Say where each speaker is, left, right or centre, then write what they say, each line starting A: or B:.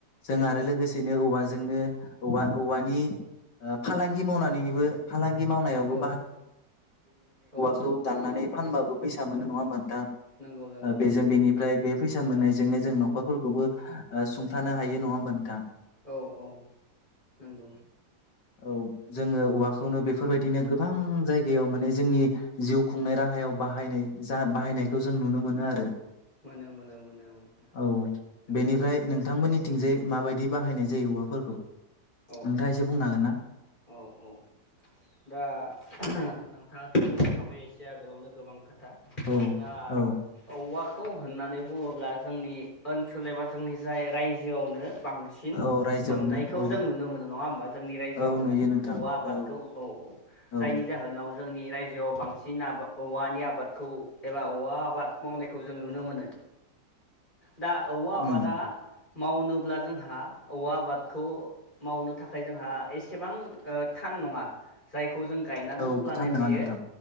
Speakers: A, on the left (about 80°); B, on the left (about 25°).
A: जों
B: सैथो
A: आरो लोगोसेनो औवाजों जोंनो औवा औवानि ओ फालांगि मावनानैबो फालांगि मावनायावबो
B: औ औ
A: खौ दाननानै फानबाबो फैसा मोनो नङा होनबा नोंथां
B: नंगौ नंगौ
A: बेजों
B: नंगौ
A: बेनिफ्राय बे फैसा मोननायजोंनो जों न'खरफोरखौबो ओ सुंथानो हायो नङा होमबा नोंथां?
B: औ औ नंगौ।
A: औ जोङो औवाखौनो
B: नंगौ
A: बेफोरबायदिनो गोबां जायगायाव माने जोंनि जिउ खुंनाय राहायाव बाहायनाय जा बाहायनायखौ जों नुनो मोनो आरो।
B: मोनो मोनो मोनो मोनो
A: औ
B: नंगौ
A: बेनिफ्राय नोंथांमोननि थिंजाय माबायदि बाहायनाय जायो औवाफोरखौ?
B: औ
A: नोंथाङा
B: औ
A: एसे बुंनो हागोन ना?
B: औ औ दा नोंथाङाथ' बुंनो खाबाय एसे आगोलावनो गोबां खोथा। था
A: औ
B: दा
A: औ
B: औवाखौ होननानै बुङोब्ला जोंनि ओनसोल एबा जोंनि जाय रायजोआवनो बांसिन
A: औ रायजोआवनो
B: मोननायखौ
A: औ
B: जों नुनो मोनो नङा होमबा जोंनि रायजोआवनो
A: औ नुयो नोंथां
B: औवा आबादखौ
A: औ
B: औ
A: औ
B: जायनि जाहोनाव जोंनि रायजोआव बांसिन आबाद औवानि आबादखौ एबा औवा आबाद मावनायखौ जों नुनो मोनो। दा औवा
A: उम
B: आबादा मावनोब्ला जोंहा औवा आबादखौ मावनो थाखाय जोंहा एसेबां ओ थान नङा जाय खौ जों गायना दोनब्लानो
A: औ खोथा नङा
B: बियो
A: नोंथां